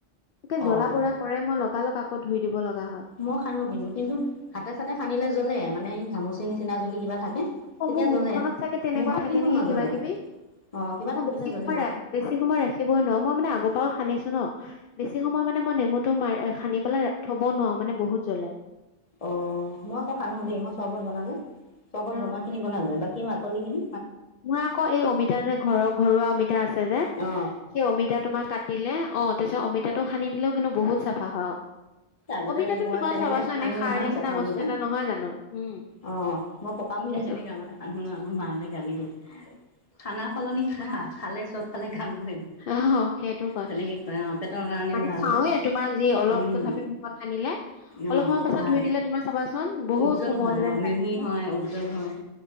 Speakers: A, on the left (about 60°); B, on the left (about 30°).
A: একে জ্বলা
B: অ
A: পুৰা মই লগা লগ আকৌ ধুই দিব লগা হয়।
B: মই সানো কিন্তু কিন্তু হাতে চাতে সানিলে জ্বলে মানে ঘামুচি নিচিনা যদি কিবা থাকে।
A: অ
B: তেতিয়া
A: মোৰ মুখখনত
B: জ্বলে
A: চাগে তেনেকুৱা
B: মুখত
A: থাকে
B: কিন্তু
A: নেকি
B: নজ্বলে
A: কিবা কিবি মই
B: অ কিবা থাকিলে
A: বেছি
B: জ্বলিব
A: সময় ৰা বেছি সময় ৰাখিবই নোৱাৰো মই মানে আগৰ পৰাও সানিছো ন বেছি সময় মানে মই নেমুটো মা সানি পেলাই থ'বও নোৱাৰো মানে বহুত জ্বলে।
B: অ মই আকৌ সানো দেই মই চৰ্বত বনালে চৰ্বত
A: অ
B: বনোৱা
A: অ
B: খিনি বনালো বাকী সেই বাকলি খিনি
A: মই আকৌ এই অমিতা যে ঘৰৰ ঘৰুৱা অমিতা আছে যে
B: অ
A: সেই অমিতা তোমাৰ কা কাটি দিলে অ তাৰপিছত অমিতাটো সানি দিলেও কিন্তু বহুত চাফা হয় অ
B: আগতে
A: অমিতাটো
B: মই
A: তোমাৰ
B: তেনেকে
A: চাবাচোন
B: সানো
A: এনে খাৰ
B: নহয়
A: নিচিনা
B: পকা অমিতা
A: বস্তু এটা নহয় জানো উম
B: অ মই পকা অমিতা
A: সেইটো
B: আছে নেকি গাঁৱতে আকো শুনো আমাৰ মাহঁতে গালি দিলে খানা সলনি খা খালে চব খালে কাম কৰিম
A: অ' সেইটো কয়
B: তেনেকে অ পেটৰ কাৰণেও
A: মানে
B: ভাল
A: খাওঁৱে
B: যে
A: তোমাৰ যি অলপ
B: উম
A: তথাপি মুখত সানিলে অলপ
B: অ
A: সময় পাছত
B: ভাল
A: ধুই দিলে তোমাক চাবাচোন বহুত
B: উজ্জ্বল
A: কোমল
B: হয়
A: যেন
B: অ
A: লাগে
B: মিহি হয় উজ্জ্বল হয়।